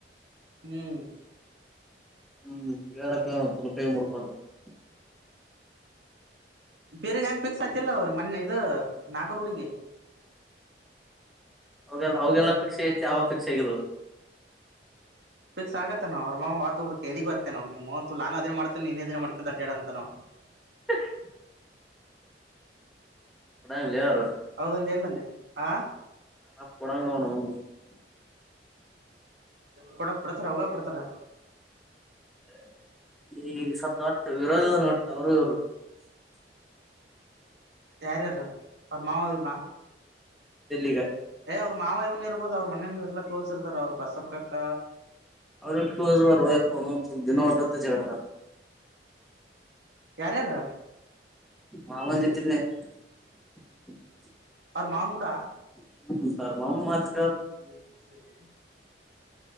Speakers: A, on the right (about 75°); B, in the centre.
A: ಹ್ಮ್
B: <unintelligible>
A: ಬೀರೆಗ್ ಹೆಂಗ್ ಪಿಕ್ಸ್ ಆತಿಲ್ಲ ಮನ್ನೆ ಇದು ನಾಗರ್ ಹುಡುಗಿ
B: ಅವುಗೆಲ್ಲಾ ಅವಿಗೆಲ್ಲ ಫಿಕ್ಸ್ ಐತಿ ಅವ ಪಿಕ್ಷೆ ಆಗಿಲಲ್ಲ
A: <unintelligible>
B: <unintelligible> <unintelligible>
A: ಹೌದಂದೆ ಇಲ್ಲಂದೆ ಆ
B: <unintelligible>
A: ಕೊಡಕ್ ಕೊಡ್ತಾರ ಅವ್ಗ ಕೊಡ್ತಾರ
B: <unintelligible>
A: <inaudible> ಯಾರ್ಯಾರೋ ಅವರ್ ಮಾವ ಇದ್ನ
B: ಈಗ
A: ಏ ಅವ್ರ ಮಾವ ಇವ್ನ್ ಇರ್ಬೋದು ಅವ್ರ ಮನೆನರು ಎಲ್ಲ ಕ್ಲೋಸ್ ಇರ್ತಾರಾ ಅವ್ರು ಬಸಪ್ಪ ಕಾಕ್ಕ
B: <unintelligible>
A: ಯಾರ್ಯಾರು
B: ಮಾವನ ಜೊತೆನೆ <inaudible>
A: ಅವ್ರ ಮಾವನ್ ಕೂಡ
B: ಹ್ಮ್ <unintelligible>
A: <unintelligible>